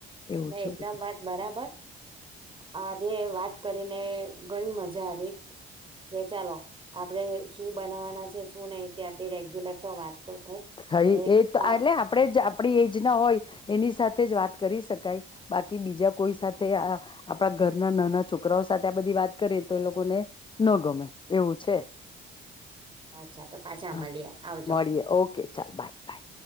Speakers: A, on the left; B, on the right.
A: એવું
B: ના
A: છે
B: એકદમ
A: બધું
B: વાત બરાબર, આજે વાત કરીને ઘણી મજા આવી, કે ચાલો આપણે શું બનાવાના છે શું નહિ તે આપડી રેગ્યુલર તો વાત તો થઈ
A: સ
B: હવે
A: એ તો
B: પાછ
A: એટલે આપણે જ આપણી એજ ના હોય, એની સાથે જ વાત કરી શકાય બાકી બીજા કોઈ સાથે આપણા ઘરના નાના છોકરાઓ સાથે આ બધી વાત કરી તો એ લોકોને ન ગમે એવું છે
B: અચ્છા તો પાછા
A: હા
B: મળીએ આવજો.
A: મળીએ ઓકે બાય બાય.